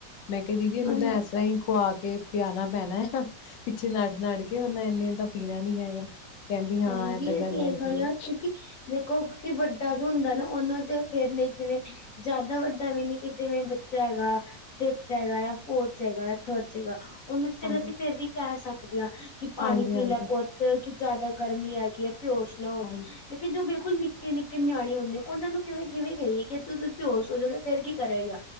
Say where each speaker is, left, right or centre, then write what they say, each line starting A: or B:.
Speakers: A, on the left; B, on the left.
A: ਮੈਂ ਕਿਹਾ ਦੀਦੀ ਇਹਨੂੰ
B: ਹਾਂਜੀ
A: ਤਾਂ ਇਸ ਤਰ੍ਹਾਂ ਹੀ ਖੁਆ ਕੇ ਪਿਆਣਾ ਪੈਣਾ ਹੈ। ਪਿੱਛੇ ਨਠ ਨਠ ਕੇ ਉਹਨਾ ਇੰਨੇ ਏ ਤਾਂ ਪੀਣਾ ਨੀ ਹੈਗਾ। ਕਹਿੰਦੀ ਹਾਂ
B: ਹਾਂਜੀ
A: ਇਹ ਤਾਂ ਗੱਲ
B: ਤੇ
A: ਹੈਗੀ
B: ਹੈਗਾ ਯਾਰ
A: ਐਂ।
B: ਕਿਉਂਕਿ ਦੇਖੋ ਕਿ ਵੱਡਾ ਜੋ ਹੁੰਦਾ ਨਾ, ਉਹਨਾਂ ਦੇ ਸਿਹਤ ਲਈ ਜਿਵੇਂ ਜ਼ਿਆਦਾ ਵੱਡਾ ਵੀ ਨੀ ਕਿ ਜਿਵੇਂ ਬੱਚਾ ਹੈਗਾ। ਫਿਫਥ ਚ ਹੈਗਾ, ਯਾ ਫੋਰਥ ਹੈਗਾ, ਯਾ ਫੋਰਥ ਚ ਹੈਗਾ ਉਹਨੂੰ ਚਲ
A: ਹਾਂਜੀ
B: ਅਸੀਂ ਫੇਰ ਵੀ ਕਹਿ ਸਕਦੇ ਹਾਂ ਕਿ ਪਾਣੀ
A: ਹਾਂਜੀ
B: ਪੀ
A: ਹਾਂਜੀ
B: ਲੈ ਪੁੱਤ ਕੀ ਬਹੁਤ ਕਿ ਜ਼ਿਆਦਾ ਗਰਮੀ ਹੈਗੀ ਹੈ ਬੇਹੋਸ਼ ਨਾ ਹੋ
A: ਹਾਂਜੀ
B: ਜਾ ਈ ਲੇਕਿਨ ਜੋ ਬਿਲਕੁਲ ਨਿੱਕੇ ਨਿੱਕੇ ਨਿਆਣੇ ਹੁੰਦੇ ਉਹਨਾਂ ਨੂੰ ਕਿਵੇਂ ਕਿਵੇਂ ਕਹੀ ਕਿ ਤਸੀ ਬੇਹੋਸ਼ ਹੋ ਜਾਵੇਗਾ, ਫੇਰ ਕੀ ਕਰੇਗਾ